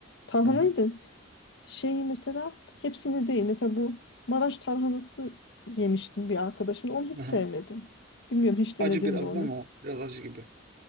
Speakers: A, on the left; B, on the right.
A: Tarhanayı
B: Aha,
A: da şey mesela hepsini değil. Mesela bu Maraş tarhanası yemiştim bir arkadaşımla. Onu hiç sevmedim.
B: aha.
A: Bilmiyorum hiç denedin
B: Acı biraz
A: mi onu?
B: değil mi o? Biraz acı gibi.